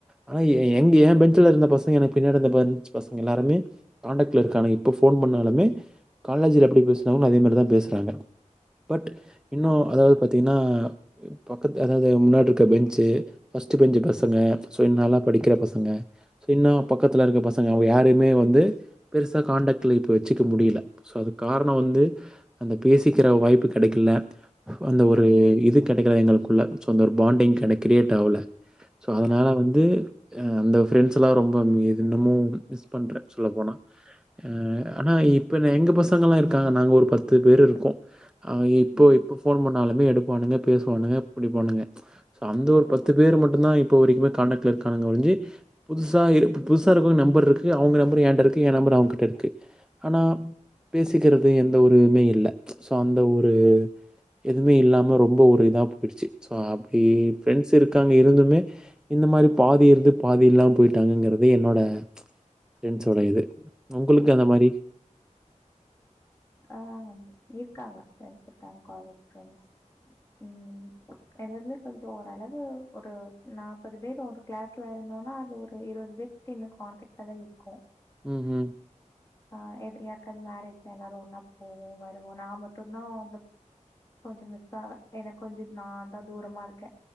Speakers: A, in the centre; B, on the left.
A: ஆனா எ எ எங்க ஏ பெஞ்ச்ல இருந்த பசங்க எனக்கு பின்னாடிந்த பெஞ்ச் பசங்க எல்லாருமே காண்டக்ட்ல இருக்காங்க இப்ப ஃபோன் பண்ணாலுமே காலேஜ்ல எப்படி பேச <unintelligible> அதே மாரிதா பேசுறாங்க பட்
B: அப்றம்
A: இன்னு அதாவது பாத்தீன்னா எ பக்கத்து அதாவது எ முன்னாட்ருக்க பெஞ்ச்சு ஃபஸ்ட்டு பெஞ்சு பசங்க சோ இன் நல்லா படிக்கிற பசங்க சோ இன்னு பக்கத்துல இருக்க பசங்க அவுங்க யாரயுமே வந்து பெருசா காண்டக்ட்ல இப்ப வச்சுக்க முடியல சோ அது கார ணோ வந்து அந்த பேசிக்கற வாய்ப்பு கெடைக்கல அந்த
B: ம்
A: ஒரு இது கெ கெடைக்கல எங்களுக்குள்ள சோ அந்த ஒரு பாண்டிங்கன கிரியேட் ஆவல சோ அதனால
B: ஆ
A: வந்து ஏ அந்த ஃப்ரெண்ட்ஸ் எல்லா ரொம்ப இன்னமு மிஸ் பண்றே சொல்லப் போனா ஆ ஆனா இப்ப எங்க பசங்கல்லா இருக்காங்க நாங்க ஒரு பத்து பேரு இருக்கோ ஆ இப்போ
B: ம்
A: இப்ப ஃபோன் பண்ணாலுமே எடுப்பானுங்க பேசுவானுங்க பிடிப்பானுங்க சோ அந்த ஒரு பத்து பேர் மட் டுந்தா இப்ப வரைக்குமே காண்டாக்ல இருக்கானுங்க ஒழிஞ்சி புதுசா இரு புதுசா இருக்கவங்க நம்பர் இருக்கு அவங்க நம்பர் ஏன்ட இருக்கு ஏ நம்பர் அவுங்ககிட்ட இருக்கு ஆனா திக்கிறது எந்த ஒரு மே இல்ல சோ அந்த ஒரு எதுமே இல்லாம ரொம்ப ஒரு இதா போயிடுச்சு சோ அப்டி ஃப்ரெண்ட்ஸ் இருக்காங்க இருந்துமே இந்த மாரி பாதி இருந்து பாதி இல்லாம போயிட்டாங்கங்குறது என்னோட ஃப்ரெண்ட்ஸோட இது ஒங்களுக்கு
B: அதா
A: அந்த மாரி
B: ஆ இருக்காங்க ஃப்ரெண்ட்ஸ் இருக்காங்க காலேஜ் ஃப்ரெண்ட்ஸ் ம் எல்லாருமே கொஞ்ச ஓரளவு ஒரு நாப்பது பேர் வரு கிளாஸ்ல இருந்தோனா அதுல ஒரு இருவது பேர்ட்ட இன்னு காண்ட்டக்ட்ல தா இருக்கோ
A: ம் ம்
B: ஆ எது யார்காவது மேரேஜ்னா எல்லாரு ஒன்னா போவோ வருவோ நா மட்டுந்தா வந்து கொஞ்ச மிஸ் ஆவே ஏன்னா கொஞ்ச நாந்தா தூரமா இருக்கே